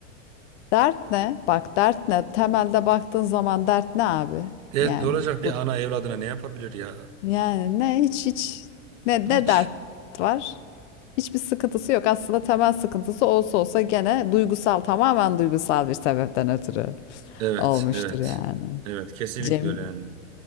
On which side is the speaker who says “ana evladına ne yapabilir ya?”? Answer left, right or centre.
Right